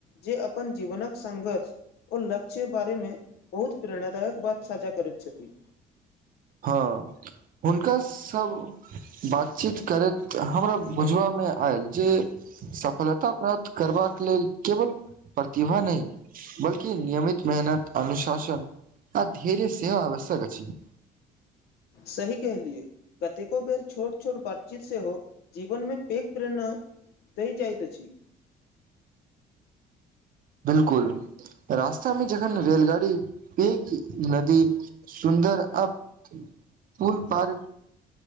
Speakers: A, on the left; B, on the right.
A: जे अपन जीवनक संघर्ष और लक्ष्य बारे में बहुत प्रेरणादायक बात साझा करे त अछि
B: <inaudible> हँ हुनकास सब बातचीत करैत हमरा बुझबामे मे आयल जे सफलता प्राप्त करबाक लेल केवल प्रतिभा नहि बल्कि नियमित मेहनत अनुशासन आ धर्य सेहो आवश्यक अछि छै
A: सही कहलिए कतेको बेर छोट छोट बातचीत से हो जीवन मे पेक प्रेरणा दइ जाइत अछि
B: बिलकुल रास्तामे जखन रेलगाड़ी प नदी सुन सुन्दर आ पूल पार